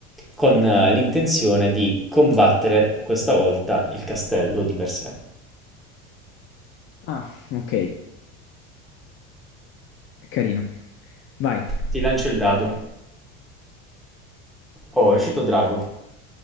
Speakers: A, in the centre; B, on the left (about 45°).
A: con eh, l'intenzione di combattere questa volta il castello di per sé.
B: Ah, ok, carino. Vai.
A: Ti lancio il dado. Oh, è uscito drago.